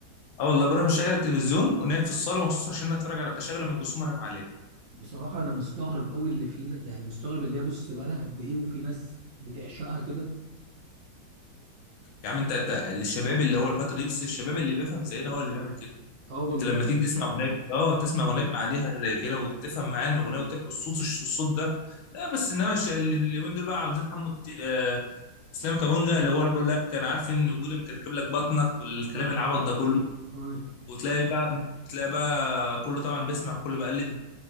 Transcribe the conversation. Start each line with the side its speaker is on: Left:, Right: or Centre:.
Left: اه والله بروح مشغل التلفزيون ونايم في الصاله مخصوص عشان اتفرج على اشغل ام كلثوم وانام عليها
Right: بصراحة أنا مستغرب أوي اللي فينا يعني مستغرب اللي هي بص بقى لها قد إيه وفي ناس بتعشقها كده
Left: يا عم انت انت الشباب اللي هو الفتره دي بس الشباب اللي بيفهم زينا هو اللي بيعمل كده
Right: أه والله
Left: انت لما تيجي تسمع اغنيه اه تسمع اغنيه معانيها زي كده وتفهم معاني الاغنيه وتبقى الصوت الصوت ده لا بس انما الش- اللي- اليومين دول بقى عاوزين حمو الت- آه، اسلام كابونجا اللي هو اللي بيقول لك انا عارف ان وجودي مكركب لك بطنك والكلام
Right: آه
Left: العبط ده كله
Right: آه
Left: وتلاقي بقى تلاقي بقى كله طبعا بيسمع كله بقلد